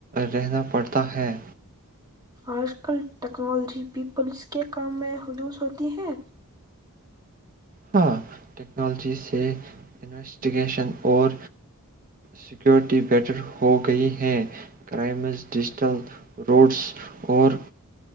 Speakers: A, on the right (about 40°); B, on the right (about 15°).
A: رہنا پڑتا ہے
B: آج کل ٹیکنالوجی پیپلس کے کام میں حلوظ ہوتی ہے
A: ہاں ٹیکنالوجی سے انویسٹیگیشن اور سیکیورٹی بیٹر ہو گئی ہے کرائمز ڈیجیٹل روڈس اور